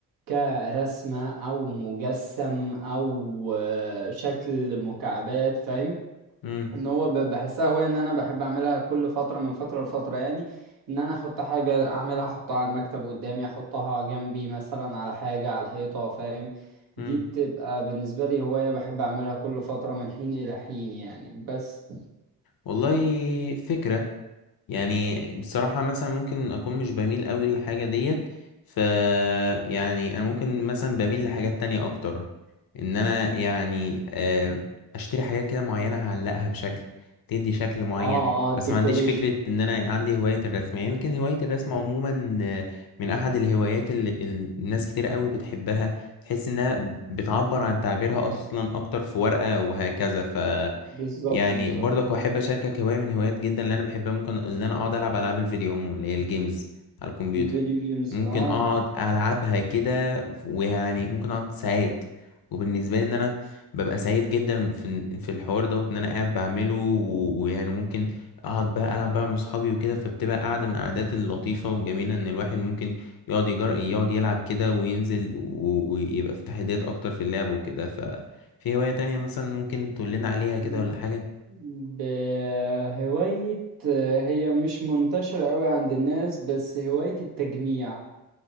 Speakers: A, on the right; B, on the left.
A: كرسمة او مجسم او آه، شكل مكعبات فاهم
B: مم.
A: ان هو ب- بحسها هواية ان انا بحب اعملها كل فترة من فترة لفترة يعني ان انا احط حاجة اعملها احطها على المكتب قدامي احطها جنبي مثلا على حاجة على الحيطة فاهم دي
B: مم.
A: بتبقى بالنسبة لي هواية بحب اعملها كل فترة من حين الى حين يعني بس
B: والله فكرة يعني بصراحة مثلا ممكن أكون مش بميل أوي للحاجة ديت ف يعني أنا ممكن مثلا بميل لحاجات تانية أكتر إن أنا يعني آه، أشتري حاجات كده معينة أعلقها بشكل تدي شكل معين
A: اه اه
B: بس
A: ديكوريشن
B: ما عنديش فكرة إن أنا عندي هواية الرسم يعني يمكن هواية الرسم عموما آه، من أحد الهوايات اللي اللي الناس كتير أوي بتحبها تحس إنها بتعبر عن تعبيرها أصلا أكتر في ورقة وهكذا
A: بالظبط
B: يعني
A: بالظبط
B: برضك احب اشاركك هوايه من هوايات جدا اللي انا بحبها ممكن ان انا اقعد العب العاب الفيديو عموما اللي هي الجيمز على الكمبيوتر
A: فيديو جيمز
B: ممكن
A: اه
B: اقعد العبها كده ويعني ممكن اقعد ساعات وبالنسبه لي ان انا ببقى سعيد جدا في في الحوار دوت ان انا قاعد بعمله و- ويعني ممكن اقعد بقى العب بقى مع اصحابي وكده فبتبقى قاعده من القعدات اللطيفه والجميله ان الواحد ممكن يقعد يجر يقعد يلعب كده وينزل و- ويبقى في تحديات اكتر في اللعب وكده ففي هوايه تانية مثلا ممكن تقول لنا عليها كده
A: مم.
B: ولا حاجه
A: بهواية هي مش منتشرة قوي عند الناس بس هواية التجميع